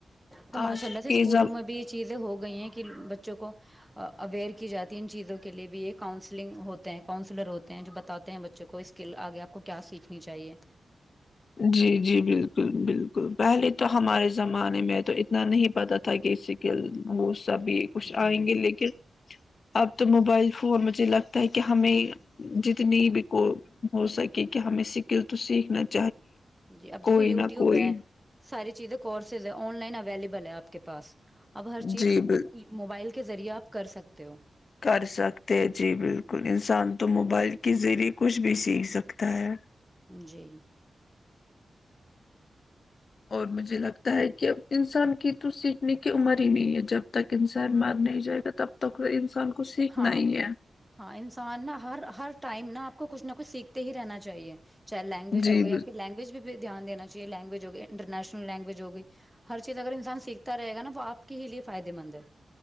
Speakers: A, in the centre; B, on the left.
A: تو ماشاء
B: آج
A: اللہ سے
B: کے
A: اسکولوں
B: زم
A: میں بھی یہ چیزیں ہوگی گئی کہ بچوں کو اویئر کی جاتی ان چیزوں کے لیے بھی یہ کاؤنسلنگ ہوتے ہیں کاؤنسلر ہوتے ہیں جو بتاتے ہیں بچوں کو اسکل آگے آپ کو کیا سیکھنی چاہیے
B: جی جی بالکل بالکل پہلے تو ہمارے زمانے میں تو اتنا نہیں پتہ تھا کہ اس سے ہو سبھی کچھ
A: جی
B: آئیں گے لیکن اب تو موبائل فون م لگ تاکہ ہمیں جتنی بھی کو ہو سکے کہ ہمیں سکل تو سیکھنا <inaudible>
A: جی اب دیکھو
B: کوئی
A: وٹیوب
B: نہ کوئی
A: ہے ساری چیز کورسز ہے آن لائن ا اویلیبل ہے آپ کے پاس اب ہر چیز
B: جی بال
A: موبائل کے ذریعہ کر سکتے ہو
B: کر سکتے ہیں جی بالکل انسان تو موبائل کے ذریعے کچھ بھی سیکھ سکتا ہے
A: جی
B: اور مجھے لگتا ہے کہ انسان کی تو سیکھنے کی عمر ہی نہیں ہے جب تک انسان مار نہیں جائے گا تب تک انسان کو سیکھنا
A: ہاں
B: ہی ہے
A: ہاں انسان نہا ہر ہر ٹائم نہا اپ کو کچھ نہ کچھ سیکھتے ہی رہنا چاہیے چاہ لینگویج
B: جی
A: ہو
B: بالکل
A: گئی آ کی لینگویج بھی دھیانین چاہے لینگویج انٹرنیشنل لینگویج ہوگئی ہر چیز اگر انسان سیکھتا رہے گا نا وہ آ کے ہی لیے فائدے مند ہے